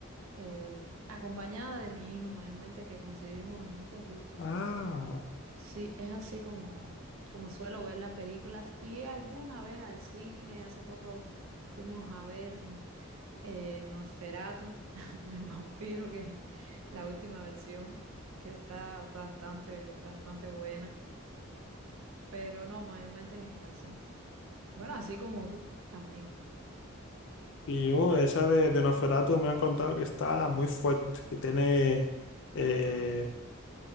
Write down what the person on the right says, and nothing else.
eh, acompañada de mi hijo, mayormente que coincidimos en muchos gustos.
Sí, es así como, como suelo ver las películas y alguna vez al cine, hace poco fuimos a ver eh, Nosferatu, <laughs> el vampiro, que la última versión, que está bastante, bastante buena, pero no, mayormente es en casa. Bueno, así como tú también.